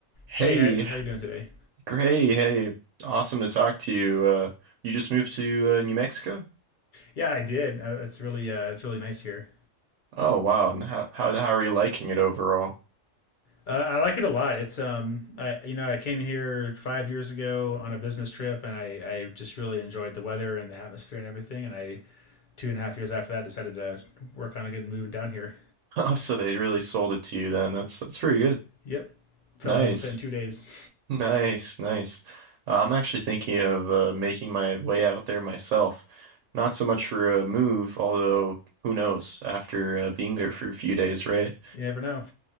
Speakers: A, on the right (about 80°); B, on the left (about 50°).
A: Hey,
B: Hey, how, how you doing today?
A: Gray, hey, awesome to talk to you. Uh, you just moved to uh, New Mexico?
B: Yeah, I did. Uh, It's really uh, it's really nice here.
A: Oh, wow. And how how how are you liking it overall? <laughs>
B: Uh, I like it a lot. It's um, I you know I came here five years ago on a business trip, and I I just really enjoyed the weather and the atmosphere and everything. And I two and a half years after that decided to work on getting moving down here.
A: Oh, so they really sold it to you then. That's that's pretty good.
B: Yep, fell
A: Nice.
B: in love with it in two days.
A: Nice, nice. Uh, I'm actually thinking of uh, making my way out there myself. Not so much for a move, although who knows after uh, being there for a few days, right?
B: <laughs> you never know.